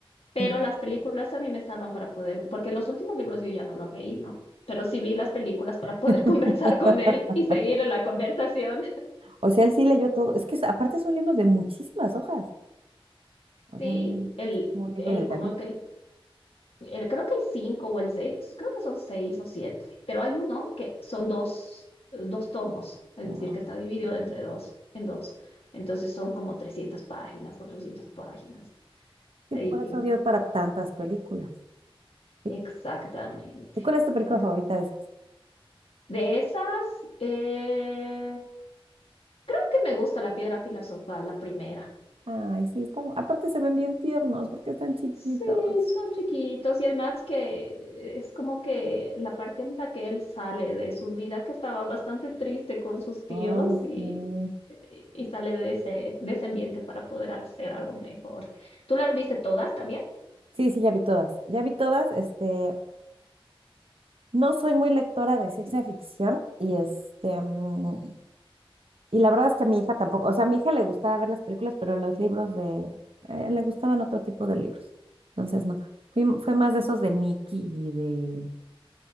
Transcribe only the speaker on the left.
Pero
las películas a mí me salvan para poder, porque los últimos libros yo ya no los leí, ¿no? Pero sí vi las películas para
poder <laughs> conversar con él y seguir en la conversación.
Sí,
el,
el,
como que el eh, creo que el 5 o el seis creo que son 6 o siete pero hay uno que son dos, dos tomos, es
decir, que está dividido entre dos, en dos. Entonces son como 300 páginas, cuatrocientas páginas.
Ahí,
exactamente.
Ex-
De esas, eh, creo que me gusta la piedra filosofal, la primera.
Sí, son chiquitos y además que es como que la parte en la que él sale de su vida que estaba bastante triste con sus tíos
y,
y y sale de ese, de ese ambiente para poder hacer algo mejor. ¿Tú las viste todas también?